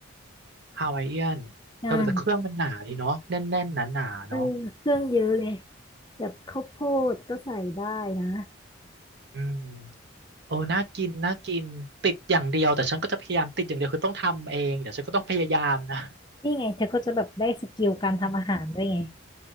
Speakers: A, on the right; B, on the left.
A: ฮาวายเอียนเออแต่เครื่องมันหนาดีเนาะแน่นๆหนาๆเนาะ
B: ใช่เออเครื่องเยอะเลยแบบข้าวโพดก็ใส่ได้นะ
A: อืม โอ้น่ากิน น่ากิน ติดอย่างเดียวแต่ฉันก็จะพยายามติดอย่างเดียวคือต้องทำเองเดี๋ยวฉันก็ต้องพยายามนะ
B: นี่ไงเธอก็จะแบบได้สกิลการทำอาหารด้วยไง
A: อืม